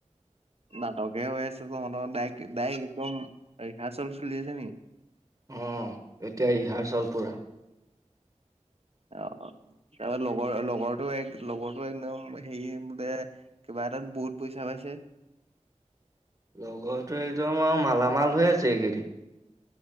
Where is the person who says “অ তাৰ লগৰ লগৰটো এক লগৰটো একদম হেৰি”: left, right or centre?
Right